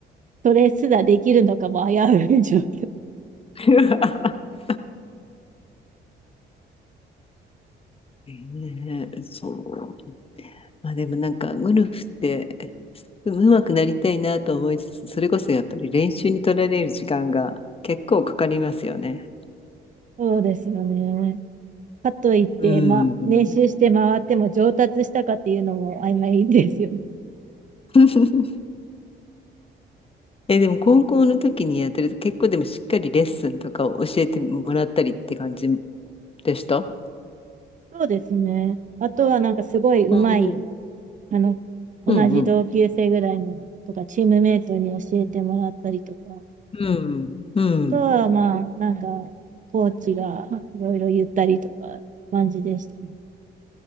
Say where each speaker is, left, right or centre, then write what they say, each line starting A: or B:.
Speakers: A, on the right; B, on the left.
A: それすらできるのかも危うい状況。
B: <laughs> ねえ、そう。まあでもなんか、ゴルフって、でも上手くなりたいなと思いつつ、それこそやっぱり練習に取られる時間が結構かかりますよね。
A: <laughs> そうですよね。かといって、
B: うん。
A: ま、練習して回っても上達したかっていうのも曖昧ですよね。
B: <laughs> え、でも高校の時にやってると結構でもしっかりレッスンとかを教えてもらったりって感じ
A: <laughs>
B: でしたう
A: そうですね。あとはなんかすごい上手い、
B: ー
A: あの、同じ同級生ぐらいのとか、
B: うんうん。
A: チームメイトに教えてもらったりとか、あ
B: うん。うん。
A: とはまあ、なんか、コーチがいろいろ言ったりとか、感じでしたね。